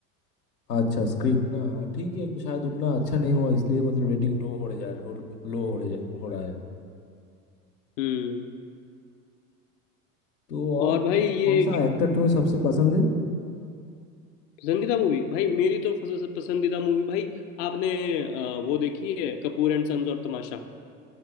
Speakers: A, on the left; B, on the left.
A: अच्छा स्क्रिप्ट ना हाँ ठीक है शायद उतना अच्छा नहीं हुआ इसलिए मतलब रेटिंग लो हो रहा है लो हो रहा है
B: हम्म
A: तो और
B: और भाई ये
A: कौन
B: एक
A: सा एक्टर तुम्हें सबसे पसंद है
B: पसंदीदा मूवी भाई मेरी तो फस- पसंदीदा मूवी भाई आपने अ, वो देखी है कपूर एंड सन्स और तमाशा